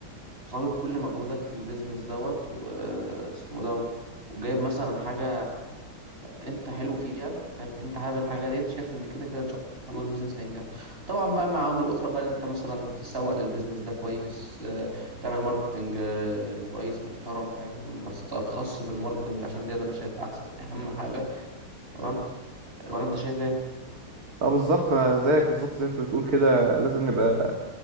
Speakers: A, on the right; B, on the right.
A: صابب بكل مجهودك في البيزنس دوت واسمه ده وجايب مثلا حاجة انت حلو فيها فاهم انت حابب الحاجة ديت شايف ان كده كده ان شاء الله البيزنس هينجح طبعا بقى مع عوامل اخرى بقى ان انت مثلا تسوق للبيزنس ده كويس آه، تعمل ماركتنج آه، كويس محترم فاهم ما تسترخصش في الماركتنج عشان ديت انا شايف احسن اهم حاجة تمام ولا انت شايف ايه
B: اه بالظبط انا زيك بالظبط زي ما انت بتقول كده لازم نبقى